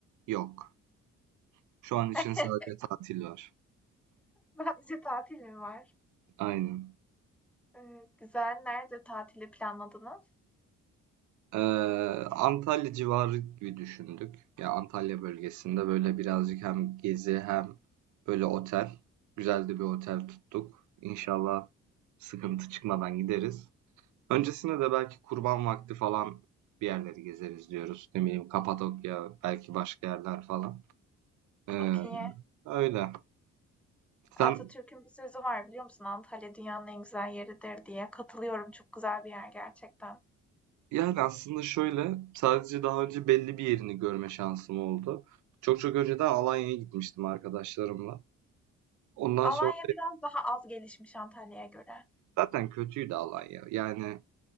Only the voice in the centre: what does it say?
<laughs>
Sadece tatil mi var?
Eee, güzel. Nerede tatili planladınız?
Çok
iyi.
Atatürk'ün bir sözü var biliyor musun? Antalya dünyanın en güzel yeridir diye. Katılıyorum. Çok güzel bir yer gerçekten.
Alanya
biraz daha az gelişmiş Antalya'ya göre.